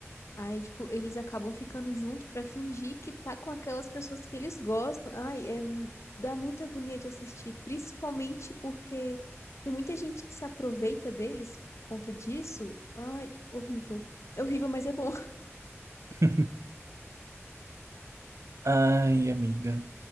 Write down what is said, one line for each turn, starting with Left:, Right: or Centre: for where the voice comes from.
Left: Aí, tipo, eles acabam ficando junto pra fingir que tá com aquelas pessoas que eles gostam. Ai, é, dá muita agonia de assistir, principalmente porque tem muita gente que se aproveita deles por conta disso. Ai, horrível. É horrível, mas é bom.
Right: <laughs> Ai, amiga.